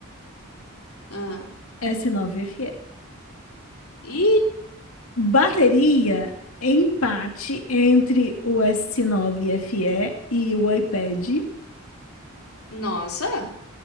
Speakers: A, on the left; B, on the left.
A: Ah,
B: S9FE.
A: e...
B: Bateria, empate entre o S9FE e e o iPad.
A: Nossa.